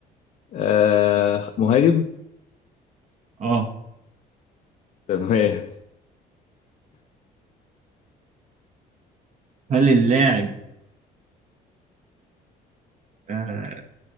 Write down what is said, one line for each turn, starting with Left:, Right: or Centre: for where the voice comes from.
Left: آه مهاجم
Right: اه
Left: تمام
Right: هل اللاعب آه،